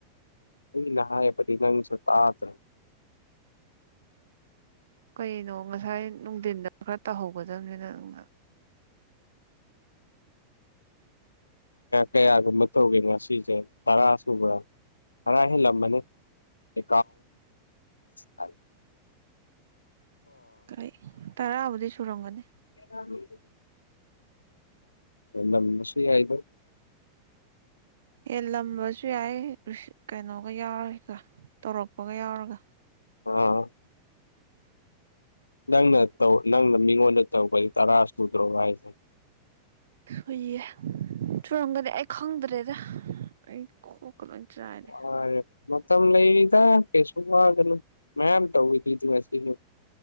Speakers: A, on the left (about 75°); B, on the right (about 60°).
A: ꯑꯩꯅ ꯍꯥꯏꯕꯗꯤ ꯅꯪꯁꯨ ꯇꯥꯗ꯭ꯔꯥ
B: ꯀꯩꯅꯣ ꯉꯁꯥꯏ ꯅꯨꯡꯊꯤꯟꯗ ꯈꯔ ꯇꯧꯍꯧꯒꯗꯕꯅꯤꯅ ꯅꯪꯅ
A: ꯀꯌꯥꯒꯨꯝꯕ ꯇꯧꯒꯦ ꯉꯁꯤꯁꯦ ꯇꯔꯥ ꯁꯨꯕ꯭ꯔꯥ ꯇꯔꯥ ꯍꯦꯜꯂꯝꯃꯅꯤ ꯑꯦ ꯑ
B: ꯑꯩ ꯇꯔꯥꯕꯨꯗꯤ ꯁꯨꯔꯝꯒꯅꯤ
A: <inaudible> ꯅ ꯁꯤꯔꯤ ꯍꯥꯏꯗ
B: ꯑꯦ ꯂꯝꯕꯁꯨ ꯌꯥꯏ ꯀꯩꯅꯣꯒ ꯌꯥꯎꯔꯒ ꯇꯧꯔꯛꯄꯒ ꯌꯥꯎꯔꯒ
A: ꯑ ꯅꯪꯅꯧ ꯅꯪꯅ ꯃꯤꯉꯣꯟꯗ ꯇꯧꯕꯒꯤ ꯇꯔꯥ ꯁꯨꯗ꯭ꯔꯣ ꯍꯥꯏꯁꯦ
B: ꯍꯨꯏꯌꯦ ꯆꯨꯔꯝꯒꯗꯤ ꯑꯩ ꯈꯪꯗ꯭ꯔꯦꯗ ꯑꯩ ꯀꯣꯛꯀ ꯂꯣꯏ ꯆꯥꯏꯔꯦ
A: ꯃꯥꯔꯦ ꯃꯇꯝ ꯂꯩꯗ ꯀꯩꯁꯨ ꯋꯥꯒꯅꯨ ꯃꯌꯥꯝ ꯇꯧꯋꯗ꯭ꯔꯤꯗꯤ ꯉꯁꯤꯁꯨ